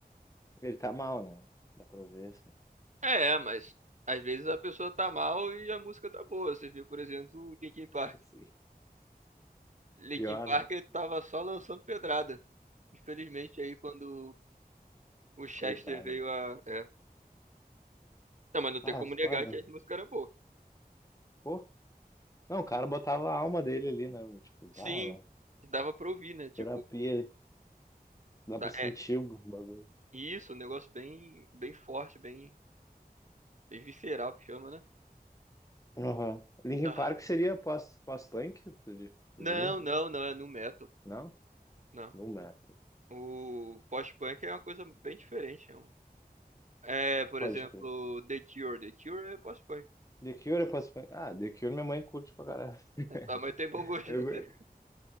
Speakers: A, on the left (about 20°); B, on the right (about 50°).
A: Ele tá mal, né? Dá pra ver, assim. <laughs>
B: É, é, mas às vezes a pessoa tá mal e a música tá boa. Você viu, por exemplo, o Linkin Park.
A: Assim,
B: Linkin
A: Pior,
B: Park
A: né?
B: ele tava só lançando pedrada. Infelizmente, aí quando o Chester
A: coitado.
B: veio a. É. Não, mas não
A: Ah,
B: tem como
A: é foda.
B: negar que as músicas eram boas.
A: Pô. Não, o cara botava a alma dele ali, né? Tipo, bah,
B: Sim,
A: era
B: dava pra ouvir, né? Tipo,
A: terapia. Dá
B: dá-
A: pra sentir
B: é
A: o bagulho.
B: isso, um negócio bem, bem forte, bem, bem visceral que chama, né?
A: Aham. Linkin
B: Ah,
A: Park seria pós, pós-punk, tu, di- tu
B: Não,
A: diria?
B: não, não, é nu metal.
A: Não?
B: Não.
A: No metal.
B: O post-punk é uma coisa bem diferente. É, um- é, por
A: Pode
B: exemplo,
A: crer.
B: The Cure. The Cure é post-punk.
A: The Cure é pós-punk. Ah, The Cure minha mãe curte pra caralho.
B: É, Tá, mas tem bom
A: <laughs>
B: gosto.
A: Eu,
B: <laughs>